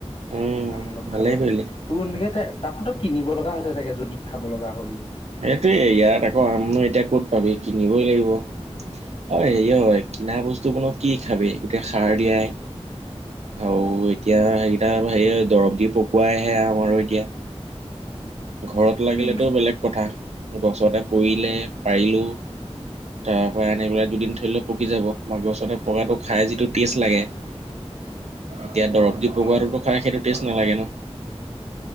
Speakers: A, on the right; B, on the left.
A: উম
B: আম অলপ
A: ভালেই
B: খালো
A: কৰিলি।
B: তোৰ এনেকে তাততো তো কিনিব লগা হৈছে চাগে যদি খাব লগা হয়ও
A: সেইটোয়ে ইয়াত আকৌ আমনো এতিয়া ক'ত পাবি কিনিবই লাগিব আৰু হেৰি হয় কিনা বস্তু বো নো
B: অ
A: কি খাবি সাৰ দিয়াই আৰু এতিয়া সেইকেইটা
B: সেইটোৱে
A: দৰৱ দি পকোৱা কোৱাইহে আমাৰো এতিয়া ঘৰত লাগিলেটো
B: উম
A: বেলেগ কথা গছতে পৰিলে পাৰিলোঁ তাৰ পৰা আনি পেলাই দুদিন থই দিলে পকি যাব বা গছতে পকাটো খাই যিটো টেষ্ট লাগে এতিয়া দৰৱ দি পকোৱাটো
B: অ
A: খাই সেইটো টেষ্ট নালাগে ন